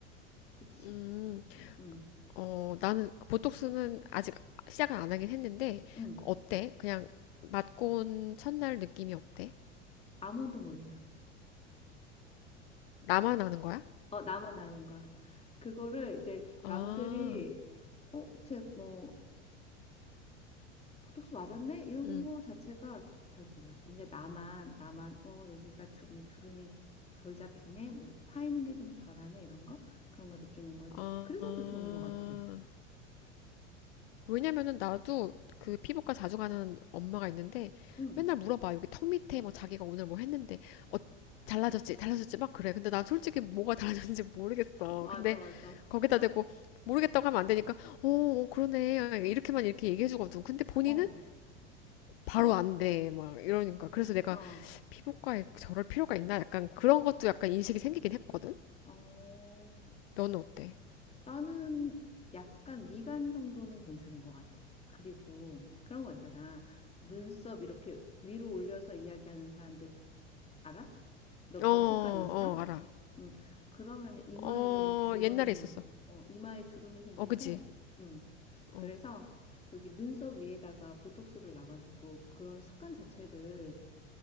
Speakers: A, on the left (about 15°); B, on the left (about 55°).
A: 그치?
B: 음,
A: 응,
B: 어, 나는 보톡스는 아직 시작을 안 하긴 했는데,
A: 응.
B: 어때? 그냥 맞고 온 첫날 느낌이 어때?
A: 아무도 몰라.
B: 나만 아는 거야?
A: 어, 나만 아는 거야. 그거를 이제
B: 아,
A: 남들이 어, 쟤뭐 보톡스 맞았네? 이런
B: 음,
A: 거 자체가 잘 몰라. 이제 나만, 나만, 어, 여기가 좀 주름이 덜 잡히네? 뭐, 파이는 게 좀 덜하네? 이런 거? 그런 거 느끼는 거지.
B: 아,
A: 그래서 더 좋은 거 같아.
B: 왜냐면은 나도 그 피부과 자주 가는 엄마가 있는데
A: 응,
B: 맨날 물어봐. 여기 턱 밑에 뭐 자기가 오늘 뭐 했는데 어 잘라졌지? 잘라졌지? 막 그래. 근데 난 솔직히 뭐가 달라졌는지 모르겠어.
A: 맞아,
B: 근데
A: 맞아.
B: 거기다
A: 어,
B: 대고 모르겠다고 하면 안 되니까 어, 어, 그러네. 이렇게만 이렇게 얘기해 주거든. 근데 본인은
A: 어,
B: 바로 안 돼. 막 이러니까. 그래서 내가
A: 어,
B: 피부과에 저럴 필요가 있나? 약간 그런 것도 약간 인식이 생기긴 했거든.
A: 어.
B: 너는 어때?
A: 나는 약간 미간 정도는 괜찮은 것 같아. 그리고 그런 거 있잖아. 눈썹 이렇게 위로 올려서 이야기하는 사람들 알아? 너 그런
B: 어, 어,
A: 습관 있어?
B: 알아.
A: 음, 그러면 이마에
B: 어,
A: 좀 주름이,
B: 옛날에 있었어.
A: 어, 이마에 주름이 생긴대.
B: 어, 그지?
A: 음,
B: 어.
A: 그래서 여기 눈썹 위에다가 보톡스를 놔가지고 그런 습관 자체를